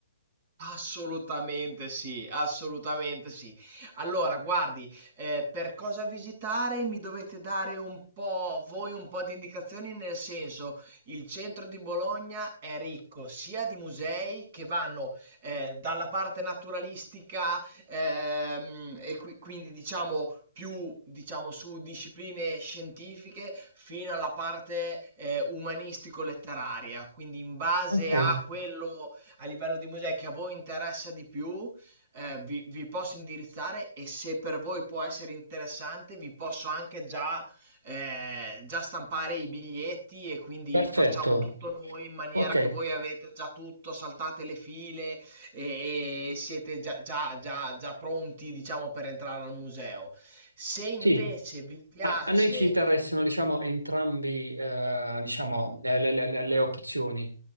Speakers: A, on the right (about 45°); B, on the right (about 85°).
A: Assolutamente sì, assolutamente sì. Allora, guardi, eh, per cosa visitare mi dovete dare un po', voi un po' di indicazioni, nel senso, il centro di Bologna è ricco sia di musei che vanno eh, dalla parte naturalistica ehm, e qui- quindi diciamo più diciamo su discipline scientifiche fino alla parte eh, umanistico-letteraria, quindi in base
B: Ok,
A: a quello a livello di musei che a voi interessa di più, eh, vi, vi posso indirizzare e se per voi può essere interessante, vi posso anche già, eh, già stampare i biglietti e quindi
B: perfetto.
A: facciamo tutto noi in maniera
B: Ok.
A: che voi avete già tutto, saltate le file e, e siete già, già, già, già pronti, diciamo, per entrare al museo. Se invece
B: Sì,
A: vi piace,
B: a, a noi ci interessano, diciamo, entrambi, eh, diciamo, eh, le, le- le- le opzioni.